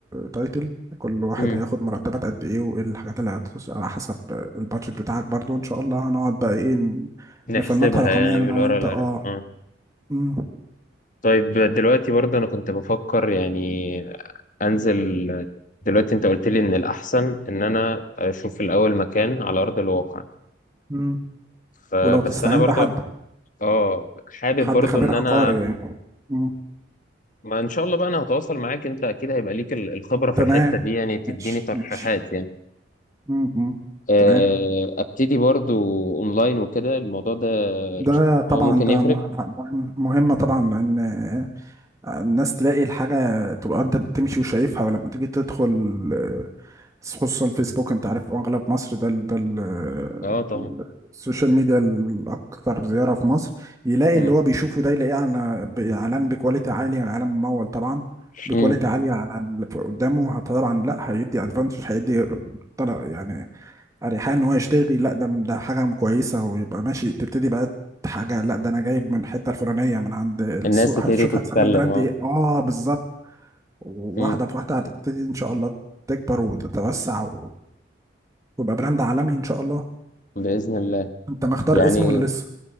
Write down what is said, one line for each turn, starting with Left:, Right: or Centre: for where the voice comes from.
Right: تايتل كل واحد
Left: امم
Right: هياخد مرتبات قد ايه وايه الحاجات اللي هتخش على حسب البادجت بتاعك برضو ان شاء الله هنقعد بقى ايه ن-
Left: نحسبها
Right: نفنطها رقميا
Left: يعني
Right: انا
Left: من ورا
Right: وانت
Left: العراق
Right: اه
Left: اه
Right: مم،
Left: طيب دلوقتي برضه انا كنت بفكر يعني انزل دلوقتي انت قلت لي ان الاحسن ان انا اشوف الاول مكان على ارض الواقع
Right: مم.
Left: فبس
Right: ولو تستعين
Left: انا برضو
Right: بحد
Left: اه حابب
Right: حد
Left: برضو
Right: خبير
Left: ان
Right: عقاري
Left: انا
Right: يعني مم.
Left: ما ان شاء الله بقى انا هتواصل معاك انت اكيد هيبقى ليك ال- الخبرة في
Right: تمام
Left: الحتة دي يعني تديني
Right: ماشي
Left: ترشيحات
Right: ماشي
Left: يعني
Right: مم، مم.
Left: آه،
Right: تمام
Left: ابتدي برضو اونلاين وكده الموضوع ده
Right: ده طبعا
Left: هو ممكن
Right: ده
Left: يفرق
Right: مه- مهم- مهمة طبعا لأن الناس تلاقي الحاجة تبقى انت بتمشي وشايفها ولما تيجي تدخل آه، خصوصا فيسبوك انت عارف اغلب مصر ده ال- ده ال-
Left: اه طبعا
Right: ال- السوشيال ميديا الاكثر زيارة في مصر يلاقي
Left: مم.
Right: اللي هو بيشوفه ده يلاقيه على ب- اعلان بكواليتي عالية اعلان ممول طبعا بكواليتي
Left: مم.
Right: عالية على اللي قدامه طبعا لا هيدي ادفانتج هيدي طلع يعني اريحيه ان هو يشتغل لا ده ده حاجه كويسه ويبقى ماشي تبتدي بقى حاجه لا ده انا جايب من الحته الفلانيه من عند السوق
Left: الناس تبتدي
Right: هتشوف
Left: تتكلم
Right: هتسمي البراند
Left: اه
Right: ايه اه بالظبط واحده
Left: مم.
Right: بواحده هتبتدي ان شاء الله تكبر وتتوسع و... ويبقى براند عالمي ان شاء الله
Left: بإذن الله
Right: انت مختار
Left: يعني
Right: اسمه ولا لسه